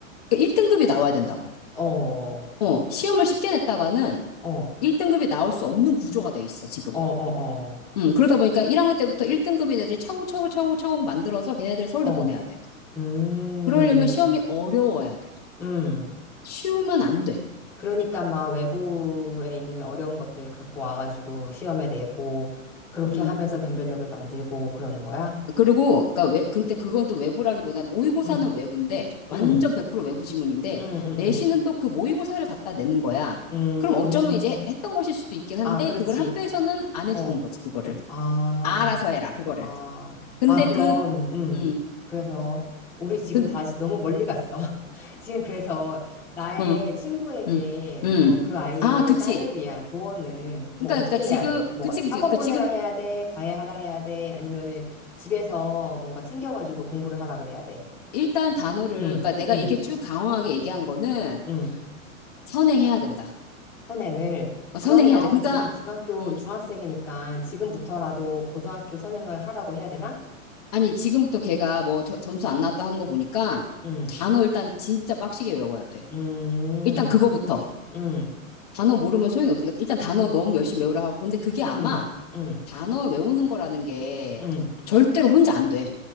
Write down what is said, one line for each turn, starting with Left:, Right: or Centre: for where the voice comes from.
Left: 그러니까 1등급이 나와야 된다고.
Centre: 어, 어,
Left: 어, 시험을 쉽게 냈다가는
Centre: 어,
Left: 1등급이 나올 수 없는 구조가 돼 있어, 지금.
Centre: 어, 어,
Left: 음, 그러다 보니까 1학년 때부터 1등급인 애들이 차곡차곡 차곡차곡 만들어서 걔네들을 서울대
Centre: 어,
Left: 보내야 돼.
Centre: 음,
Left: 그러려면 시험이 어려워야 돼.
Centre: 음.
Left: 쉬우면 안 돼.
Centre: 그러니까 막 외부에 있는 어려운 것들 갖고 와가지고 시험에 내고 그렇게
Left: 음.
Centre: 하면서 변별력을 만들고 그러는 거야?
Left: 그리고 그러니까 외 근데 그건 또 외부라기보다는 모의고사는
Centre: 응,
Left: 외부인데 완전
Centre: 응,
Left: 100% 외부 지문인데
Centre: 응, 응,
Left: 내신은 또 그 모의고사를 갖다 내는 거야.
Centre: 응.
Left: 그럼 어쩌면 이제
Centre: 음,
Left: 했던 것일 수도 있긴 한데
Centre: 아, 그렇지.
Left: 그걸 학교에서는 안
Centre: 어.
Left: 해주는 거지 그거를
Centre: 아,
Left: 알아서 해라 그거를.
Centre: 아,
Left: 근데
Centre: 아, 그럼,
Left: 그
Centre: 음,
Left: 음,
Centre: 그래서 우리 지금
Left: 그,
Centre: 다시 너무 멀리 갔어. <laughs> 지금 그래서 나의
Left: 음,
Centre: 친구에게
Left: 음, 음.
Centre: 어, 그 아이의
Left: 아, 그치.
Centre: 딸을 위한 조언은
Left: 그러니까,
Centre: 뭐 어떻게
Left: 그러니까 지금,
Centre: 해야 돼? 뭐
Left: 그치, 그치.
Centre: 학원
Left: 그러니까
Centre: 보내라
Left: 지금
Centre: 해야 돼? 과외 하라 해야 돼? 아니면은 집에서 뭔가 챙겨가지고 공부를 하라 그래야 돼?
Left: 일단 단어를,
Centre: 응,
Left: 그러니까 내가
Centre: 응,
Left: 이렇게 쭉 강황하게 얘기한 거는
Centre: 응.
Left: 선행해야 된다.
Centre: 선행을.
Left: 어, 선행해야
Centre: 그러면
Left: 돼. 그러니까,
Centre: 지금 중학교,
Left: 음,
Centre: 중학생이니까 지금부터라도 고등학교 선행을 하라고 해야 되나?
Left: 아니, 지금부터 걔가 뭐 저- 점수 안 나왔다 하는 거 보니까
Centre: 응.
Left: 단어 일단 진짜 빡시게 외워야 돼.
Centre: 음,
Left: 일단 그거부터.
Centre: 음,
Left: 단어 모르면 소용이 없으니까 일단 단어 너무 열심히 외우라 하고. 근데 그게 아마
Centre: 음, 음,
Left: 단어 외우는 거라는 게
Centre: 음.
Left: 절대로 혼자 안 돼.